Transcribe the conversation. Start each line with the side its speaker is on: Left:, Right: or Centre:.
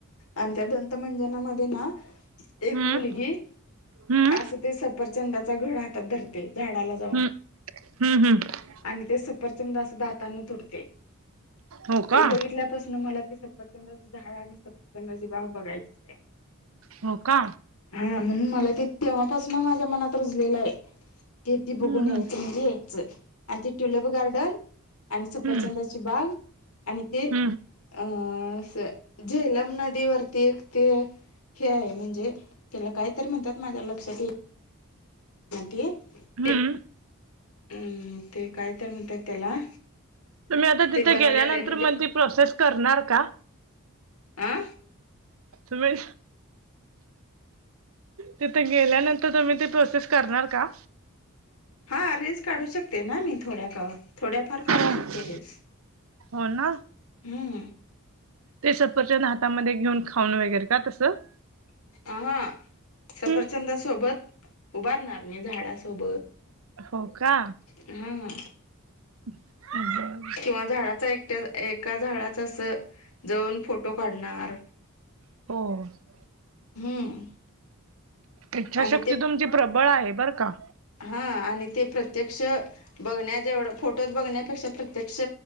Left: आणि त्या दंत मंजनामध्ये ना एक
Right: हम्म
Left: मुलगी
Right: हम्म
Left: अस ते सफरचंदाचा घड हातात धरते झाडाला जाऊन.
Right: हम्म हम्म हम्म
Left: आणि ते सपरचंद असं दातांना तुटते
Right: हो
Left: ते
Right: का
Left: बघितल्यापासून मला ते सपरचंद झाड आणि सफरचंद बाग बघायचय.
Right: हो का?
Left: हा म्हण मला ते तेव्हापासून माझ्या मनात रुजलेलं हे. ते त
Right: हम्म
Left: बघून यायचं
Right: हम्म
Left: म्हणजे यायचं आणि ते ट्युलप गार्डन आणि सफरचंदा
Right: हम्म
Left: ची बाग आणि ते अ
Right: हम्म
Left: असं झेलम नदीवररती एक ते हे आहे म्हणजे त्याला काय तरी म्हणतात माझ्या लक्षात ये <inaudible>
Right: हम्म
Left: हम् ते कायतर म्हणतायत त्याला
Right: तुम्ही आता तिथे
Left: ते बनवलेलं
Right: गेल्यानंतर
Left: आहे म्हणजे
Right: मग ती प्रोसेस करणार का?
Left: अ
Right: तुम्ही तिथे गेल्यानंतर तुम्ही ते प्रोसेस करणार का?
Left: हा रीलल्स काढू शक ते ना मी थोड्या कावा थोड्याफार काढू
Right: हो
Left: शकते रिस
Right: हो ना
Left: हम्म.
Right: ते संपरचंद हातामध्ये घेऊन खाऊनं वगैरे का तसं?
Left: अ हा सफरचंदासोबत
Right: हम्म
Left: उभारणार मी झाडासोबत.
Right: हो का?
Left: हम्म.
Right: <inaudible>
Left: किंवा झाडाचा एकट्या एका झाडाचा अस जाऊन फोटो काढणार.
Right: <inaudible>
Left: हम्म.
Right: इच्छाशक्ती
Left: आणि ते
Right: तुमची प्रबळ आहे बरं का.
Left: हा आणि ते प्रत्यक्ष बघण्या जवढ फोटो बघण्यापेक्षा प्रत्यक्ष